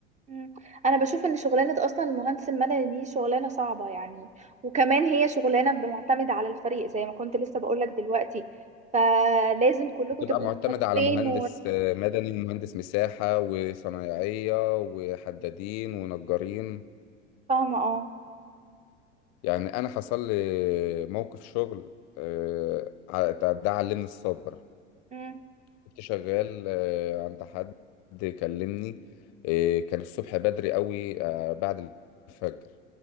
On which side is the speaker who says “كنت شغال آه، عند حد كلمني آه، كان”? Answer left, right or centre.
Left